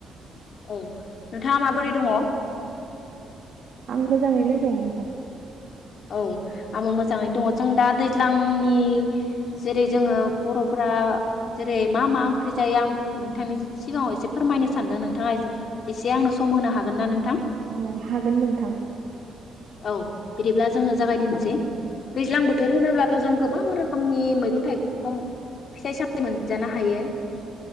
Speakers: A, on the left; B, on the right.
A: औ नोंथाङा माबोरै दङ
B: आं मोजाङैनो लोगोबाव नोंथां
A: औ आबो मोजाङैनो दङ जों दा दैज्लांनि जेरै जोङो बर'फ जेरै मा मा ओंख्रि जायो आं नोंथांनि सिगाङाव एसे फोरमायनो सानदों नोंथाङा ए एसे आंनो सम होनो हागोन ना नोंथां
B: औ हागोन नोंथां
A: औ बिदिब्ला जोङो जागायदिेनसै दैज्लां बोथोर होनोब्लाथ' जों गोबां रोखोमनि मैगं थाइगं फिथाइ सामाइ मोनजानो हायो